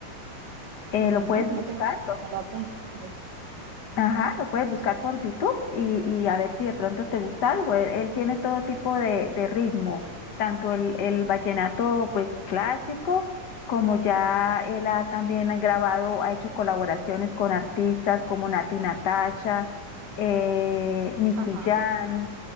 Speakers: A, on the left (about 75°); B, on the right (about 80°).
A: Eh,
B: Ujú,
A: ¿lo puedes buscar?
B: no tengo idea, me lo apunto.
A: Ajá, lo puedes buscar por YouTube y, y a ver si de pronto te gusta algo. Él, él tiene todo tipo de, de ritmo, tanto el, el vallenato pues clásico, como ya él ha también ha grabado, ha hecho colaboraciones con artistas como Nati Natasha, eh, Nicky
B: Ajá,
A: Jam,